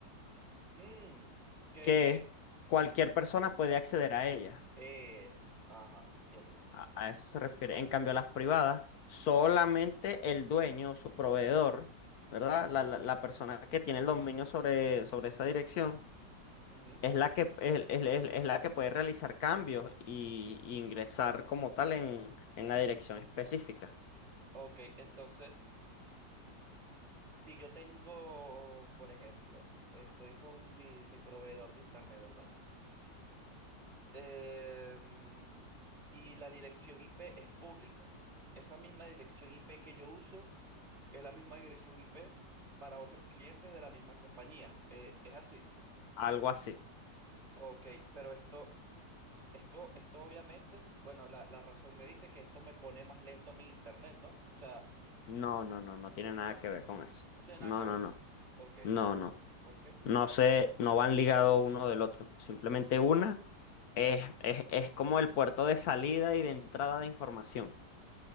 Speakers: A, on the right; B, on the left.
A: Mm, que,
B: que
A: que,
B: cualquier persona puede acceder a ellas.
A: eso, ajá, entiendo.
B: A, a eso se refiere. En cambio, las privadas, solamente el dueño, su proveedor, ¿verdad? La, la- la persona que tiene el dominio sobre, sobre esa dirección,
A: Ujú.
B: es la que, es, es- es- es la que puede realizar cambios y, y ingresar como tal en en la dirección específica.
A: Ok, entonces, si yo tengo, por ejemplo, estoy con mi, mi proveedor de internet, ¿verdad? Em, y la dirección IP es pública. Esa misma dirección IP que yo uso es la misma dirección IP para otros clientes de la misma compañía. Eh, es así.
B: Algo así.
A: Ok, pero esto, esto, esto obviamente, bueno, la, la razón me dice que esto me pone más lento mi internet, ¿no? O sea,
B: No,
A: por-
B: no, no, no tiene nada
A: no,
B: que ver con eso.
A: no tiene
B: No,
A: nada que ver.
B: no, no,
A: Ok,
B: no, no.
A: ¿por qué?
B: No sé, no van ligados uno del otro. Simplemente una es, es, es como el puerto de salida y de entrada de información.